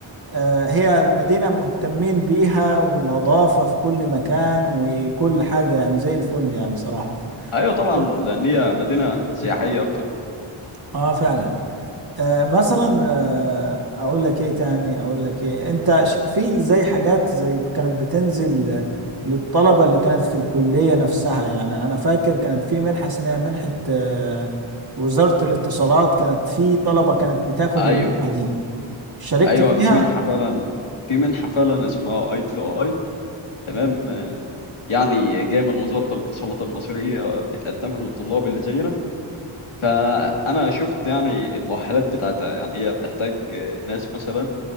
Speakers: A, on the right (about 45°); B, on the left (about 75°).
A: آه، هي المدينة مهتمين بيها والنظافة في كل مكان وكل حاجة يعني زي الفل يعني صراحة
B: ايوه طبعا
A: يكون
B: لان هي مدينه سياحيه اكتر
A: اه فعلا آه مثلا آه اقول لك ايه تاني اقول لك ايه انت ش- في زي حاجات زي كانت بتنزل آه، للطلبة اللي كانت في الكلية نفسها يعني انا فاكر كانت في منحة اسمها منحة آه وزارة الاتصالات كانت في طلبة كانت بتاخد
B: ايوه
A: المنحة دي شاركت
B: ايوه
A: فيها
B: في منحه فعلا في منحه فعلا اسمها اي تو اي تمام يعني جايه من وزاره الاتصالات المصريه بتقدمها للطلاب اللي زينا فانا شفت يعني المؤهلات بتاعتها يعني هي بتحتاج ناس مثلا